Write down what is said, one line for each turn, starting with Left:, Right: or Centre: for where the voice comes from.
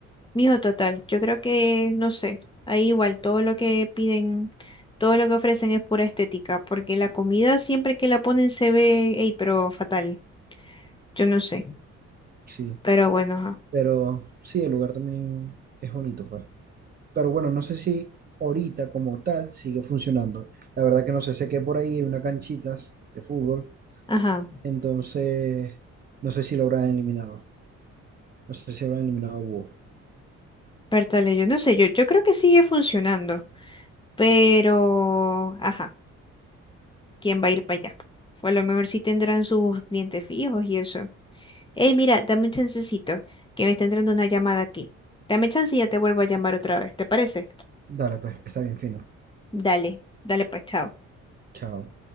Left: Mijo, total, yo creo que, no sé, ahí igual todo lo que piden, todo lo que ofrecen es pura estética, porque la comida siempre que la ponen se ve, ey, pero fatal. Yo no sé,
Right: Sí.
Left: pero bueno, ajá.
Right: Pero sí, el lugar también es bonito, pues. Pero bueno, no sé si ahorita como tal sigue funcionando. La verdad que no sé, sé que por ahí hay unas canchitas de fútbol,
Left: Ajá,
Right: entonces no sé si lo habrán eliminado. No sé si lo habrán eliminado a Búho.
Left: pértale, yo no sé, yo, yo creo que sigue funcionando, pero, ajá. ¿Quién va a ir para allá? O a lo mejor sí tendrán sus clientes fijos y eso. Ey, mira, dame un chancecito, que me está entrando una llamada aquí. Dame chance y ya te vuelvo a llamar otra vez, ¿te parece?
Right: Dale, pues, está bien fino.
Left: Dale, dale pues, chao.
Right: Chao.